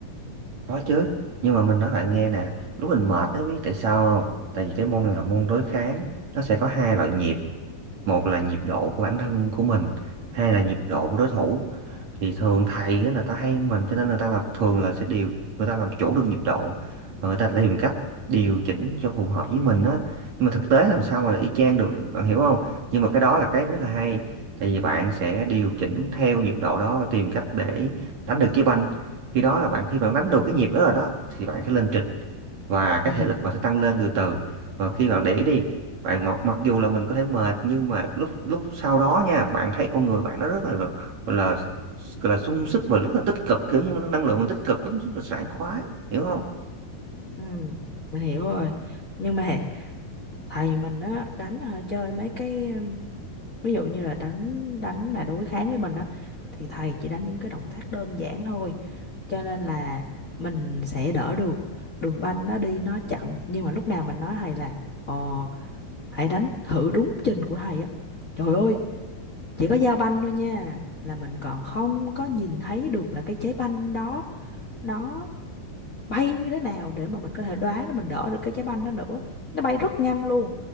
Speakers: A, on the right; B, on the left.
A: Có chứ, nhưng mà mình nói bạn nghe nè, lúc mình mệt ấy biết tại sao không? Tại vì cái môn này là môn đối kháng, nó sẽ có hai loại nhịp, một là nhịp độ của bản thân của mình, hai là nhịp độ của đối thủ thì thường thầy á, là ta hay hơn mình cho nên người ta làm thường là sẽ điều người ta làm chủ được nhịp độ và người ta tìm cách điều chỉnh cho phù hợp với mình á nhưng mà thực tế làm sao mà y chang được bạn hiểu không nhưng mà cái đó là cái rất là hay tại vì bạn sẽ điều chỉnh theo nhịp độ đó và tìm cách để đánh được trái banh khi đó là bạn khi bạn đánh được cái nhịp đó rồi đó thì bạn sẽ lên trình và cái
B: ừ
A: thể lực bạn sẽ tăng lên từ từ và khi bạn để ý đi bạn mặc mặc dù là mình có thể mệt nhưng mà lúc lúc sau đó nha bạn thấy con người bạn nó rất là là là, là sung sức và rất là tích cực kiểu như năng lượng mình tích cực lắm rất là sảng khoái hiểu không
B: ừ mình hiểu rồi nhưng mà thầy mình á đánh hả, chơi mấy cái ví dụ như là đánh đánh mà đối kháng với mình á thì thầy chỉ đánh những cái động tác đơn giản thôi cho nên là mình sẽ đỡ được đường banh nó đi nó chậm nhưng mà lúc nào mình nói thầy là ờ, hãy đánh thử đúng trình của thầy á trời ơi chỉ có giao banh thôi nha là mình còn không có nhìn thấy được là cái trái banh đó nó bay như thế nào để mà mình có thể đoán để mình đỡ được cái trái banh đó nữa nó bay rất nhanh luôn